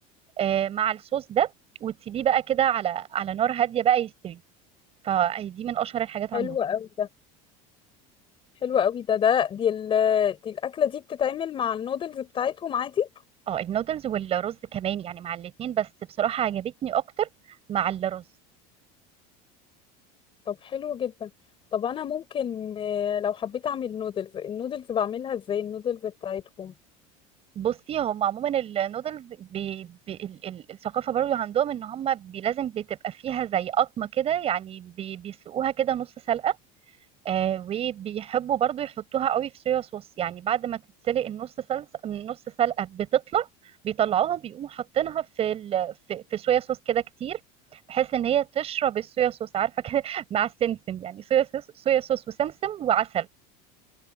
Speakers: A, on the right (about 30°); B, on the left (about 30°).
A: آه، مع الصوص ده وتسيبيه بقى كده على على نار هاديه بقى يستوي فدي من اشهر الحاجات عندهم
B: حلو قوي ده حلو قوي ده ده دي ال دي الاكله دي بتتعمل مع النودلز بتاعتهم عادي
A: اه النودلز والرز كمان يعني مع الاتنين بس بصراحة عجبتني اكتر مع الرز
B: طب حلو جدا طب انا ممكن آه، لو حبيت اعمل نودلز النودلز بعملها ازاي النودلز بتاعتهم
A: بصي هم عموما النودلز بي بي ال- ال- الثقافة برضو عندهم ان هم بي لازم بتبقى فيها زي قطمة كده يعني بي بيسلقوها كده نص سلقة آه وبيحبوا برضو يحطوها قوي في صويا صوص يعني بعد ما تتسلق النص سلسة النص سلقة بتطلع بيطلعوها بيقوموا حاطينها في ال... في, في صويا صوص كده كتير بحيث ان هي تشرب الصويا صوص عارفة كده <laughs> مع السمسم يعني صويا صوص صويا صوص وسمسم وعسل